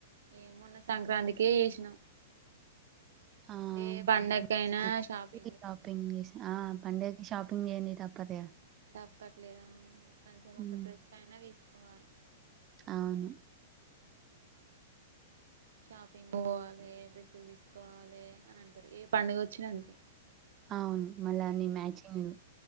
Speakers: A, on the right; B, on the right.
A: ఏ మొన్న సంక్రాంతికే చేసినా
B: ఆ
A: ఏ పండగకైనా
B: మేము కూడా సంక్రాంతికి
A: షాపి
B: షాపింగ్ చేస్ ఆ పండ కి షాపింగ్ చేయంది తప్పదుగా
A: తప్పట్లేద కొంచెం ఒక
B: మ్మ్
A: డ్రెస్ అయినా తీసుకోవాలే
B: అవును
A: షాపింగ్ పోవాలే డ్రెస్సులు తీసుకోవాలి అని అంటారు ఏ పండుగ వచ్చినా అంతే
B: ఆవును మళ్ళా అన్ని మ్యాచింగ్లు